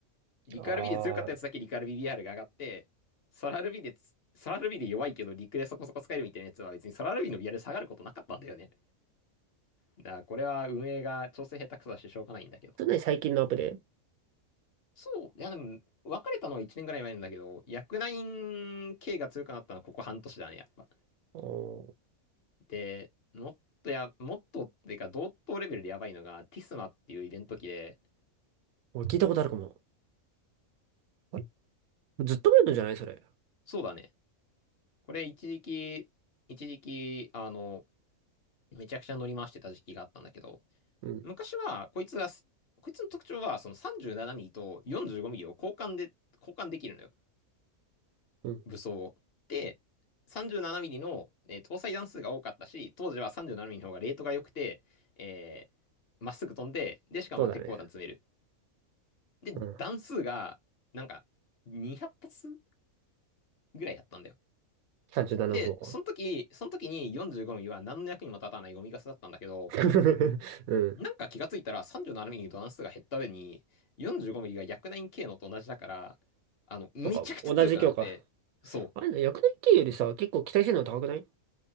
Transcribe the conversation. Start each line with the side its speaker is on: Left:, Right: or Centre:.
Left: リクアールビーで強かったやつだけリク
Right: ああ。
Left: RBBR が上がって、ソラアールビーでつ、ソラアールビーで弱いけどリクでそこそこ使えるみたいなやつは別にソラアールビーの BR で下がることなかったんだよね。だからこれは運営が調整下手くそだししょうがないんだけど。
Right: それね、最近のアップで。
Left: そう。いやでも、別れたのは1年ぐらい前なんだけど、薬ナイン系が強くなったのはここ半年だね、やっぱ。
Right: おー、
Left: で、もっとや、もっとっていうか同等レベルでやばいのがティスマっていうイベント機で、
Right: 俺聞いたことあるかも。あれずっと前のじゃないそれ。
Left: そうだね。これ一時期、一時期、あの、めちゃくちゃ乗り回してた時期があったんだけど、
Right: うん。
Left: 昔は、こいつがこいつの特徴は、その37ミリと45ミリを交換で、交換できるのよ。
Right: うん。
Left: 武装を。で、37ミリの、えー搭載弾数が多かったし、当時は37ミリの方がレートが良くて、えーまっすぐ飛んで、で、しかもまあ鉄鋼弾詰める。
Right: そうだね。
Left: で、
Right: うん。
Left: 弾数が、なんか、200発ぐらいやったんだよ。
Right: 37の方か。
Left: で、その時、その時に45ミリは何の役にも立たないゴミガスだったんだけど、
Right: <laughs> うん。
Left: なんか気がついたら3 7ミリの段数が減った上に4 5ミリが 109K のと同じだから、あの、めちゃくちゃ強くなって、
Right: なんか、同じ教科。
Left: そ
Right: あれな、薬年期よりさ、結構期待性能高くない